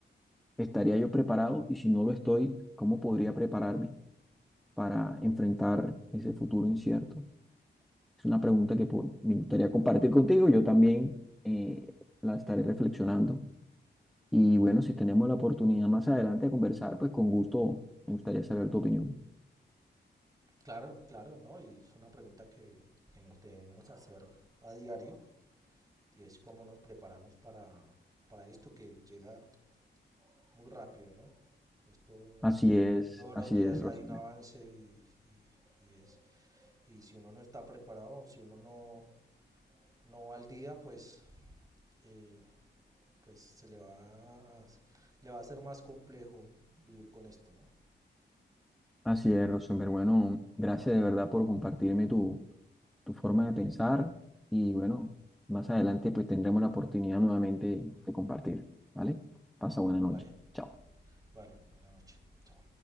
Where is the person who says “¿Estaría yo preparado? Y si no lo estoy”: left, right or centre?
Centre